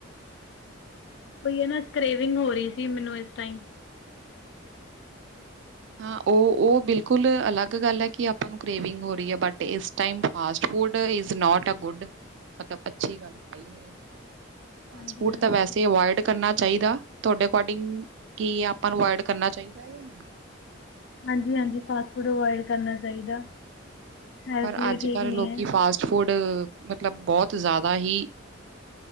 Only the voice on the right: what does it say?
ਹਾਂ ਉਹ ਉਹ ਬਿਲਕੁਲ ਅਲੱਗ ਗੱਲ ਹੈ ਕਿ ਆਪਾਂ ਨੂੰ ਕਰੇਵਿੰਗ ਹੋ ਰਹੀ ਹੈ ਬਟ ਇਸ time fast. Food is not a good. ਮਤਲਬ ਅੱਛੀ ਗੱਲ ਹੈ ਹੀ ਨਹੀ ਇਹ ਤਾਂ ਫਾਸਟ
ਫੂਡ ਤਾਂ ਵੈਸੇ ਅਵੋਇਡ ਕਰਨਾ । ਚਾਹੀਦਾ ਤੁਹਾਡੇ ਅਕੋਡਿੰਗ ਕੀ ਆਪਾਂ ਨੂੰ ਅਵੋਇਡ ਕਰਨਾ ਚਾਹੀਦਾ ਯਾ ਨਹੀਂ।
ਪਰ
ਅੱਜ
ਕੱਲ੍ਹ
ਲੋਕੀ
ਫਾਸਟ ਫੂਡ ਮਤਲਬ ਬਹੁਤ ਜ਼ਿਆਦਾ ਹੀ